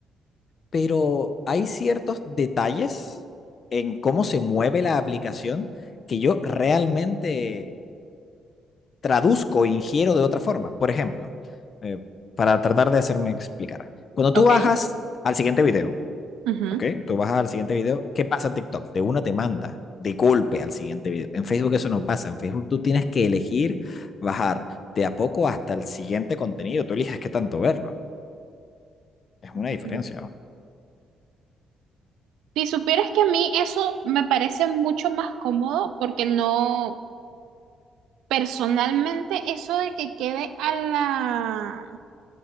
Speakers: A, on the left; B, on the right.
A: pero hay ciertos detalles en cómo se mueve la aplicación que yo realmente traduzco e ingiero de otra forma. Por ejemplo, eh, para tratar de hacerme explicar. Cuando tú
B: Ok.
A: bajas al siguiente video,
B: ujú.
A: ¿ok? Tú bajas al siguiente video, ¿qué pasa en TikTok? De una te manda de golpe al siguiente video. En Facebook eso no pasa. En Facebook tú tienes que elegir bajar de a poco hasta el siguiente contenido. Tú eliges qué tanto verlo. Es una
B: Mm.
A: diferencia. ¿no?
B: Si supieras que a mí eso me parece mucho más cómodo porque no, personalmente eso de que quede a la,